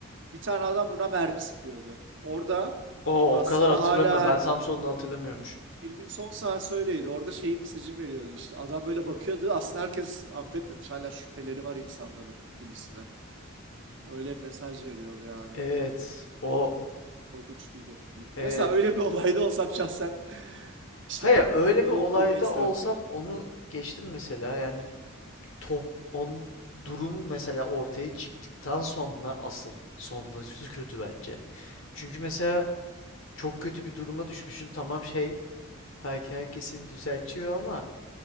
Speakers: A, on the right; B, on the left.
A: Bir tane adam buna mermi sıkıyordu. Orada
B: O
A: aslında
B: o kadar hatırlamıyorum.
A: hala her
B: Ben Samson'u hatırlamıyormuşum.
A: filmin son sahnesi öyleydi. Orada şeyi mesajını veriyordu işte. Adam böyle bakıyordu. Aslında herkes affetmemiş. Hala şüpheleri var insanların gibisine. Öyle mesaj veriyordu yani.
B: Evet. O
A: Korkunç bir de film. Mesela
B: evet.
A: öyle bir olayda olsam şahsen <laughs> işte
B: Hayır
A: o
B: öyle
A: e,
B: bir
A: yok
B: olayda
A: olmayı isterdim
B: olsam
A: yani.
B: onu geçtim mesela. Yani top on durum mesela ortaya çıktıktan sonra asıl sonrası kötü bence. Çünkü mesela çok kötü bir duruma düşmüşsün. Tamam şey belki herkesin düzeltiyor ama